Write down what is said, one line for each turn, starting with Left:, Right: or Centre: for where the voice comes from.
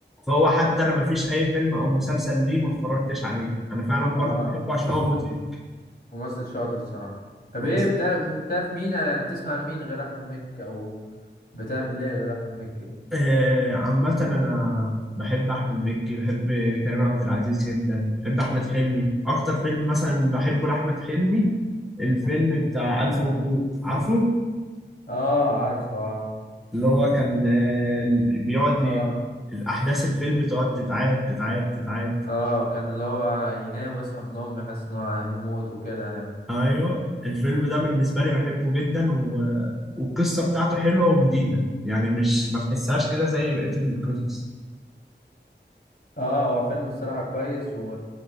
Centre: فهو حتى انا ما فيش اي فيلم او مسلسل ليه ما اتفرجتش عليه انا فعلا برضو
Left: اه
Centre: بحبه عشان هو مضحك
Left: ممثل شاطر الصراحه طب ايه
Centre: بس
Left: بتاع بتعرف مين يعني بتسمع لمين غير احمد مكي او بتعمل ايه غير احمد مكي
Centre: آه، عامة أنا بحب أحمد مكي بحب كريم عبد العزيز جدا بحب أحمد حلمي أكتر فيلم مثلا بحبه لأحمد حلمي الفيلم بتاع ألف
Left: اه
Centre: مبروك عارفه
Left: اه عارفه اه
Centre: اللي هو كان آه، بيقعد
Left: اه
Centre: يعني الأحداث الفيلم تقعد تتعاد تتعاد تتعاد
Left: اه كان اللي هو ينام ويصحى من النوم يحس انه هيموت وكده يعني
Centre: أيوه الفيلم ده بالنسبة لي بحبه جدا و... والقصة بتاعته حلوة وجديدة يعني مش ما تحسهاش كده زي بقية القصص
Left: اه هو فيلم الصراحة كويس